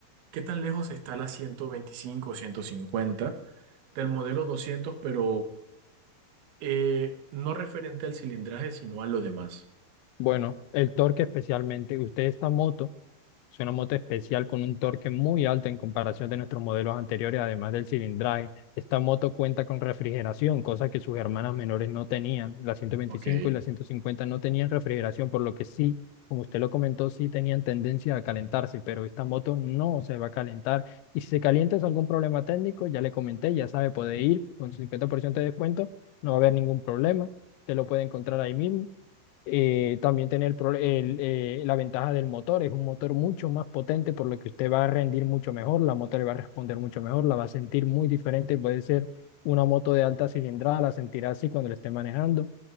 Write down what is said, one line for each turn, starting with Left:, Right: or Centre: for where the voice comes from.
Right: ¿qué tan lejos está la 125 o 150 del modelo 200 pero eh, no referente al cilindraje, sino a lo demás?
Left: Bueno, el torque especialmente, usted esta moto. Es una moto especial con un torque muy alto en comparación de nuestros modelos anteriores, además del cilindraje. Esta moto cuenta con refrigeración, cosa que sus hermanas menores no tenían. La 125
Right: Ok.
Left: y la 150 no tenían refrigeración, por lo que sí, como usted lo comentó, sí tenían tendencia a calentarse, pero esta moto no se va a calentar. Y si se calienta es algún problema técnico, ya le comenté, ya sabe, puede ir con su 50% de descuento, no va a haber ningún problema. Te lo puede encontrar ahí mismo eh, también tiene el, pro- el, eh, la ventaja del motor, es un motor mucho más potente, por lo que usted va a rendir mucho mejor, la moto le va a responder mucho mejor, la va a sentir muy diferente, puede ser una moto de alta cilindrada, la sentirá así cuando la esté manejando